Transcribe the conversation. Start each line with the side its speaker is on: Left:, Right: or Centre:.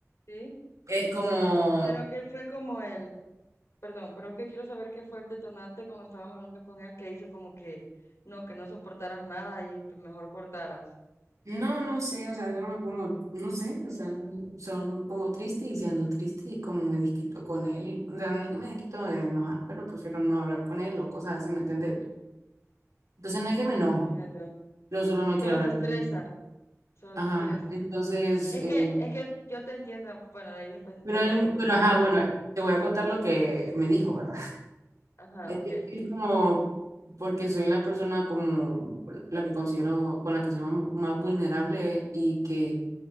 Left: Sí.
Right: es como
Left: Pero que fue como el, perdón, pero es que quiero saber qué fue el detonante cuando estabas hablando con él que hizo como que no, que no soportaras nada y pues, mejor cortaras.
Right: No, no sé, o sea, solo me pongo, no sé, o sea, solo me pongo triste y si ando triste y como me desquito con él, o sea, no es que me desquito de enojar, pero prefiero no hablar con él o cosas así, ¿me entiendes? Entonces no es que me
Left: Sí,
Right: enojo,
Left: te entiendo.
Right: yo solo no
Left: Solo
Right: quiero hablar
Left: te estresa,
Right: con él.
Left: solo
Right: Ajá,
Left: te estresa.
Right: entonces,
Left: Es
Right: eh,
Left: que, es que yo te entiendo, bueno, ahí después
Right: pero
Left: te
Right: él,
Left: cuento, pero
Right: pero
Left: ajá,
Right: ajá,
Left: seguí.
Right: bueno, te voy a contar lo que me dijo, ¿verdad?
Left: Ajá,
Right: <laughs> Es
Left: ok.
Right: que es como, porque soy la persona como la que considero, con la que soy más más vulnerable y que